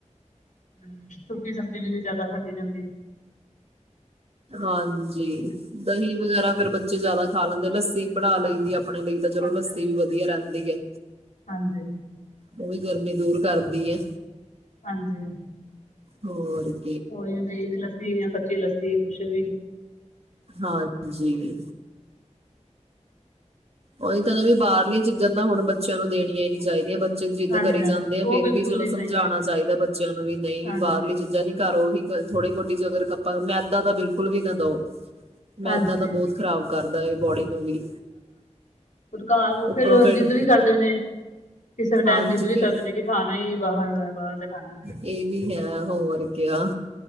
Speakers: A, on the left; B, on the right.
A: ਹਮ ਸੁੱਕੀ ਸਬਜ਼ੀ ਵੀ ਨਹੀਂੀ ਜਿਆਦਾ ਖਾਧੀ ਜਾਂਦੀ
B: ਹਾਂਜੀ ਦਹੀਂ ਵਗੈਰਾ ਫੇਿਰ ਬੱਚੇ ਜਿਆਦਾ ਖਾ ਲੈਂਦੇ ਲ ਲੱਸੀ ਬਣਾ
A: ਹਾਂ,
B: ਲਈ ਦੀ ਆਪਣੇ ਲਈ ਤਾਂ ਚਲੋ
A: ਹਾਂਜੀ-ਹਾਂਜੀ,
B: ਲੱਸੀ ਵੀ ਵਧੀਆ ਰਹਿੰਦੀ ਹੈ
A: ਹਾਂਜੀ,
B: ਉਹ ਵੀ ਗਰਮੀ ਦੂਰ ਕਰਦੀ ਆ
A: ਹਾਂਜੀ
B: ਹ ਆ
A: ਹੋ ਜਾਂ ਦਹੀਂ ਦੀ ਲੱਸੀ ਜਾਂ ਕੱਚੀ ਲੱਸੀ ਅਤੇ ਕੁਛ ਵੀ
B: ਹਾਂਜੀੀ ਉਹੀ ਤਾਂ ਨਾ ਵੀ ਬਾਹਰਲਆਂ ਚੀਜ਼ਾਂ ਤਾਂ ਹੁਣ ਬੱਚਿਆਂ ਨੂੰ ਦੇਣੀਆਂ ਹੀ ਨੀ ਚਾਹੀਦੀਆਂ ਜਿੱਦ
A: ਹਾਂਜੀ-ਹਾਂਜੀ
B: ਕਰੀ ਜਾਂਦੇ ਆ
A: ਉਹ
B: ਫੇਰ
A: ਬਿਲਕੁਲ
B: ਵੀ ਚਲੋ
A: ਨੀ ਸਹੀ
B: ਸਮਝਾਉਣਾ
A: ਹੈਗੀ
B: ਚਾਹੀਦਾ ਬੱਚਿਆਂ ਨੂੰ ਵੀ ਨਹੀਂ
A: ਹਾਂਜੀ,
B: ਬਾਹਰਲੀ ਚੀਜ਼ਾਂ ਨੀ ਕਰੋ ਹੀ ਥੋੜੀ ਮੋਟੀ ਜ ਅਗਰ ਕੱਪਾ ਮੈਦਾ ਤਾਂ ਬਿਲਕੁਲ ਵੀ ਨਾ ਦੋ
A: ਹਾਂਜੀ
B: ਮੈਦਾ ਤਾਂ ਬਹੁਤ ਖ਼ਰਾਬ ਕਰਦਾ ਹੈ ਬੌਡੀ ਨੂੰ ਵੀ
A: ਘ ਉਹ
B: ਉੱਪਰੋਂ
A: ਫਿਰ
B: ਫੇਰ
A: ਜਿੱਦ ਵੀ ਕਰਦੇ ਨੇ ਕਿਸੇ ਵੀ
B: ਹਾਂਜੀ
A: ਟਾਈਮ ਜਿੱਦ ਵੀ
B: ਫੇਰ
A: ਕਰਦੇ ਨੇ ਕਿ ਖਾਣਾ ਹੀ ਬਾਹਰ ਦਾ ਬਾਹਰ ਦਾ ਖਾਣਾ ਹੈ
B: ਇਹ ਵੀ ਹੈ ਹੋਰ ਕਿਆ